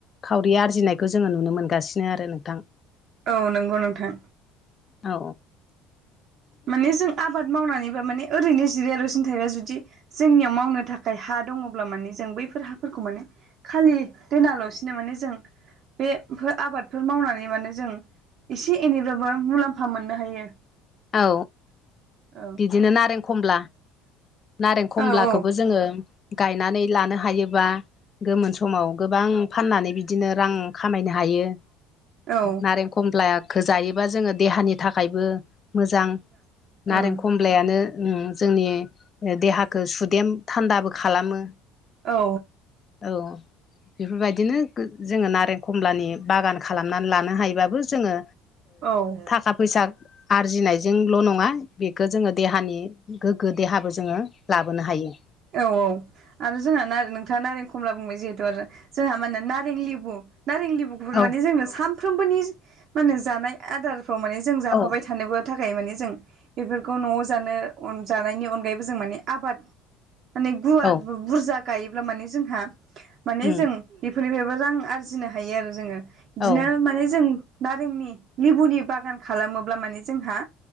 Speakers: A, on the left (about 40°); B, on the right (about 55°).
A: खावरि आरजिनाय बेखौ जोङो नुनो मोनगासिनो आरो नोंथां
B: औ नंगौ नोंथां
A: औ।
B: माने जों आबाद मावनानैबा माने ओरैनो जिरियल'सिन थायोबा जुदि जोंनियाव मावनो थाखाय हा दङब्ला मानिे जों बैफोर हाफोरखौ माने खालि दोनाल' फिनो माने जों बेफोर आबादफोर मावनानै माने जों एसे एनैब्लााबबो मुलाम्फा मोननो हायो।
A: औ
B: औ
A: बिदिनो नारें खमला नारें खमलाखौबो
B: औ
A: जोङो गायनानै लानो हायोबा गोमोन समाव गोबां फाननानै बिदिनो रां खामायनो हायो
B: हायो। औ
A: नारें खमला जायोबा जोङो देहानि थाखायबो मोजां नारें
B: उम
A: खमलायानो जोंनि देहाखौ सुदेम थान्दाबो खालामो।
B: औ
A: औ बेफोरबायदिनो जोङो नारें खमलानि बागान खालामनानै। लानो हायोबाबो जोङो
B: औ
A: थाखा फैसा आरजिनायजोंल' नङा बेखौ जोङो देहानि गोग्गो देहाबो जोङो लाबोनो हायो।
B: औ औ। आरो जोंहा नारें नोंथाङा नारें खमला बुंबाय जिहेथु आरो जोंहा माो नारें लेबु नारें लिबु गुर
A: औ
B: माने जोंनो सानफ्रोमबोनि मान होने जानाय आदार ावाने जों जाफाबाय
A: औ
B: थानोबो। थाखाय माने जों बेफोरखौ न'आव जानो जानायनि अनगायैबो जों माने आबाद। माने गुवार
A: औ
B: बुरजा गायोब्ला माने जोंहा माने
A: उम
B: जों बेफोरनिफ्रायबो रां आरजिनो हायो आरो जोङो बिदिनो
A: औ
B: माने जों नारेंनि लेबुनि बागान खालामोब्ला माने जोंहा